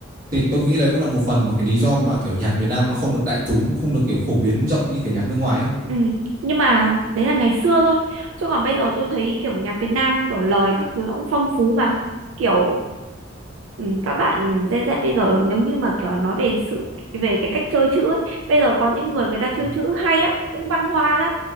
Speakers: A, on the right (about 45°); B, on the right (about 80°).
A: Thì tôi nghĩ đấy cũng là một phần mà cái lý do mà, kiểu, nhạc Việt Nam nó không được đại chúng, không được, kiểu, phổ biến rộng như, kiểu, nhạc nước ngoài ấy.
B: Ừ. Nhưng mà đấy là ngày xưa thôi chứ còn bây giờ tôi thấy kiểu nhạc Việt Nam kiểu lời các thứ nó cũng phong phú mà kiểu ừ, các bạn Gen Z bây giờ nếu như mà kiểu là nói về sự về cái cách chơi chữ ấy, bây giờ có những người người ta chơi
A: Ừm,
B: chữ hay lắm cũng văn hoa lắm